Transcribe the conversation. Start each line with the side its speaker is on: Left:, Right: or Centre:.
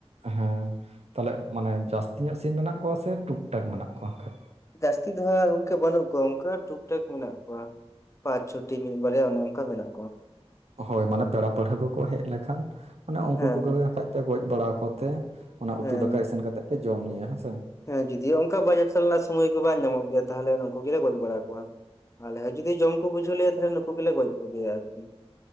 Right: ᱦᱮᱸ ᱛᱟᱞᱮᱜ ᱢᱟᱱᱮ ᱡᱟᱹᱥᱛᱤ ᱧᱚᱜ ᱥᱤᱢ ᱢᱮᱱᱟᱜ ᱠᱚᱣᱟ ᱥᱮ ᱴᱩᱠ ᱴᱟᱠ ᱢᱮᱱᱟᱜ ᱠᱚᱣᱟ ᱠᱷᱟᱡ
Left: ᱡᱟᱹᱥᱛᱤ ᱫᱚᱦᱟᱸᱜ ᱜᱚᱝᱠᱮ ᱵᱟᱹᱱᱩᱜ ᱠᱚᱣᱟ ᱚᱱᱠᱟ ᱴᱩᱠ ᱴᱟᱠ ᱢᱮᱱᱟᱜ ᱠᱚᱣᱟ ᱾ ᱯᱟᱸᱪ ᱪᱷᱚᱴᱤ ᱢᱤᱫ ᱵᱟᱨᱭᱟ ᱚᱱᱮ ᱚᱱᱠᱟ ᱢᱮᱱᱟᱜ ᱠᱚᱣᱟ ᱾
Right: ᱦᱳᱭ ᱢᱟᱱᱮ ᱯᱮᱲᱟ ᱯᱟᱹᱲᱦᱟᱺ ᱠᱚᱠᱚ ᱦᱮᱡ ᱞᱮᱠᱷᱟᱱ ᱢᱟᱱᱮ ᱩᱱᱠᱩ
Left: ᱦᱮᱸ
Right: ᱠᱚᱜᱮ
Left: ᱦᱮᱸ
Right: ᱠᱷᱟᱡ ᱛᱚ ᱜᱚᱡ ᱵᱟᱲᱟ ᱠᱚᱛᱮ ᱚᱱᱟ ᱩᱛᱩ
Left: ᱦᱮᱸ
Right: ᱫᱟᱠᱟ ᱤᱥᱤᱱ ᱠᱟᱛᱮ ᱠᱚ ᱡᱚᱢ ᱧᱩᱭᱟ ᱦᱮᱸᱥᱮ ᱾
Left: ᱦᱮᱸ ᱡᱩᱫᱤ ᱚᱱᱠᱟ ᱵᱟᱡᱟᱨ ᱪᱟᱞᱟᱜ ᱥᱚᱢᱚᱭ ᱠᱚ ᱵᱟᱝ ᱧᱟᱢᱚᱜ ᱜᱮᱭᱟ ᱛᱟᱦᱚᱞᱮ ᱱᱩᱝᱠᱩ ᱜᱮᱞᱮ ᱜᱚᱡ ᱵᱟᱲᱟ ᱠᱚᱣᱟ ᱾ ᱟᱞᱮ ᱦᱚᱸ ᱡᱩᱤ ᱡᱚᱢ ᱠᱚ ᱵᱩᱡᱷᱟᱹᱣ ᱞᱮᱭᱟ ᱛᱟᱦᱚᱞᱮ ᱱᱩᱠᱩ ᱜᱮᱞᱮ ᱜᱚᱡ ᱠᱚ ᱜᱮᱭᱟ ᱟᱨᱠᱤ